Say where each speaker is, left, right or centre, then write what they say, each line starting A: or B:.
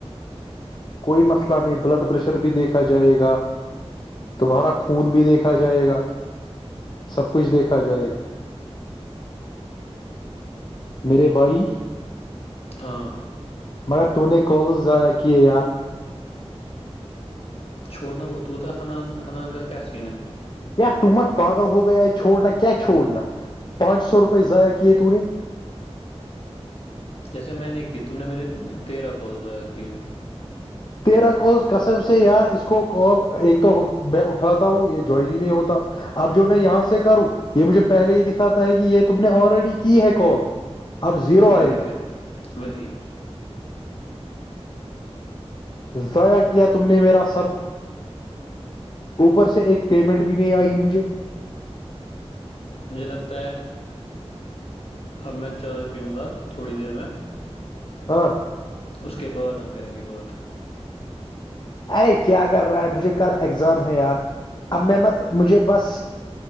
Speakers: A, on the left (about 45°); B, on the left (about 65°).
A: کوئی مسئلہ نہیں بلڈ پریشر بھی دیکھا جائے گا تمہارا خون بھی دیکھا جائے گا سب کچھ دیکھا جائے گا میرے بھائی
B: ہاں
A: مگر ت نے کالز ضائع کیے یار
B: چھوڑنا وہ تو پتا ہنان ہنان کا کی سین ہے
A: کیا ت مت پاگل ہوگیا ہے چھوڑنا کیا چھوڑنا پانچ سو روپئے ضائع کیے تو نے
B: جیسے میں نے کی تم نے میری تیرہ کال ضائع کی
A: تیرا کوز کصب سے یار اس کو کال ایک تو میں اٹھاتا ہوں یہ جوائن ہی نہیں ہوتا اب جو میں یہاں سے کروں یہ مجھے پہلے ہی دکھاتا ہے کہ یہ تم نے آلریڈی کی ہے کال اب زیرو
B: وہی
A: آئے گا
B: وہی وہی
A: ضائع کیا تم نے میرا سب اوپر سے ایک پیمنٹ بھی نہیں آئی مجھے
B: مجھے لگتا ہے اب میں چائے پیوں گا تھوڑی دیر میں
A: ہاں
B: اس کے بعد ہم کریں گے بہت
A: اے کیا کر رہا ہے مجھے کل اگزام ہے یار اب میں مت مجھے بس